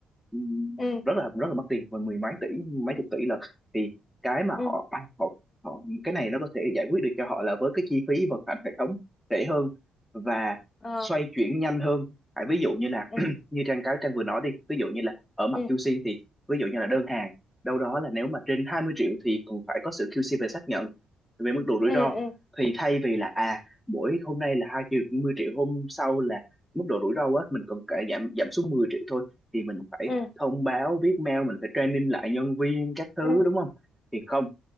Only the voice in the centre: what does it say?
ừm,
rất là rất là mất tiền và mười mấy tỷ mấy
chục tỷ lận thì cái mà
họ à, họ họ cái này nó có thể giải quyết được cho họ là với cái chi phí vận hành hệ thống rẻ hơn và
xoay chuyển nhanh hơn tại ví dụ như là
<clears throat> như Trang cái Trang vừa nói đi ví dụ như là ở mặt
QC thì ví dụ như là đơn hàng đâu đó là nếu mà trên 20 triệu thì cũng phải có sự QC về xác nhận về mức độ rủi
ro
thì thay vì là à mỗi hôm nay là hai triệu, 20 triệu hôm sau là mức độ rủi ro á mình cần cải giảm giảm xuống 10 triệu thôi thì mình phải
thông báo viết mail mình phải training lại nhân viên các thứ
đúng không thì không